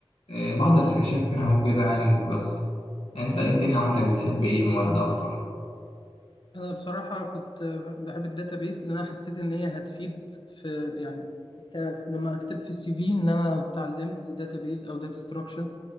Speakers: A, on the left (about 80°); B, on the left (about 55°).
A: آه، بحضر سكاشينها وكده يعني وبس انت ايه الدنيا عندك بتحب ايه مواد اكتر
B: انا بصراحه كنت بحب الداتابيز لان انا حسيت ان هي هتفيد في يعني ك... لما اكتب في السي في ان انا اتعلمت داتابيز او داتا ستراكشر